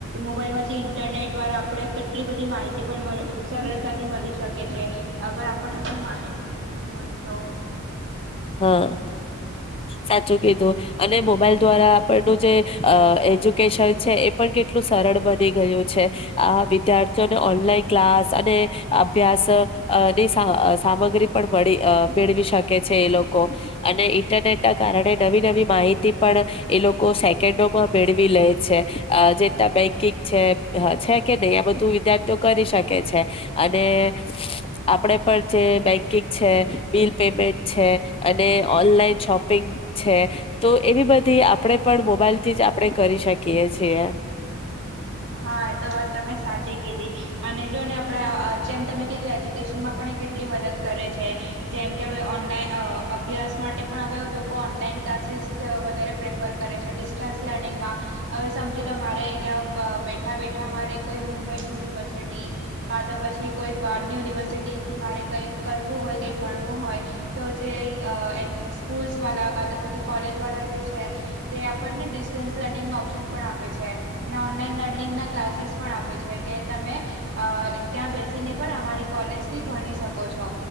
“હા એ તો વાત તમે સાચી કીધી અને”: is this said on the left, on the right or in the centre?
Right